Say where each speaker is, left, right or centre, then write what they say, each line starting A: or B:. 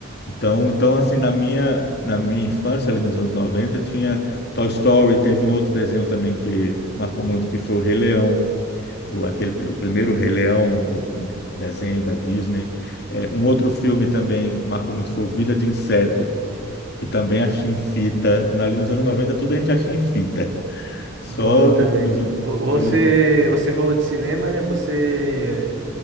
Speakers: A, on the left (about 55°); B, on the right (about 65°).
A: Então, então assim, na minha, na minha infância, ali nos anos 90 tinha Toy Story, teve um outro desenho também que marcou muito, que foi o Rei Leão, o, aquele, pri- o primeiro Rei Leão, o desenho da Disney. É, um outro filme também que marcou muito foi o Vida de Inseto, que também achei em fita. Na- Ali nos anos 90, tudo a gente achei em fita. Só
B: bom também.
A: no- nos anos.
B: Vo- Você,
A: hoje-
B: você falou de cinema, né? Você,